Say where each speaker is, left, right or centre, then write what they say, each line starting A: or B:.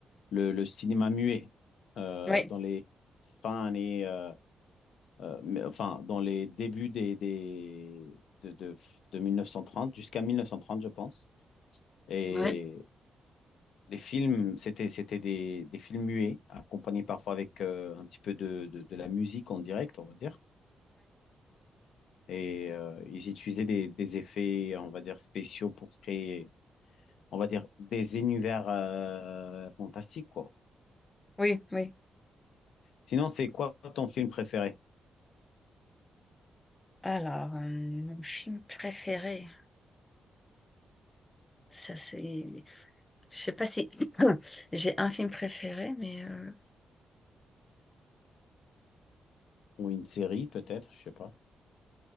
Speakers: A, on the left (about 70°); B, on the left (about 20°).
A: le, le cinéma muet euh,
B: oui
A: dans les fins années, euh, euh, mais- enfin, dans les débuts des, des, de, de, de 1930 jusqu'à 1930, je pense. Et
B: oui
A: Les films, c'était, c'était des, des films muets, accompagnés parfois avec euh, un petit peu de, de, de la musique en direct, on va dire. Et euh, ils utilisaient des, des effets, on va dire, spéciaux pour créer, on va dire, des univers euh, fantastiques, quoi.
B: oui, oui.
A: Sinon, c'est quoi ton film préféré?
B: Alors, euh, mon film préféré, ça c'est... Je sais pas si <clears throat> j'ai un film préféré, mais... euh,
A: Ou une série, peut-être, je sais pas.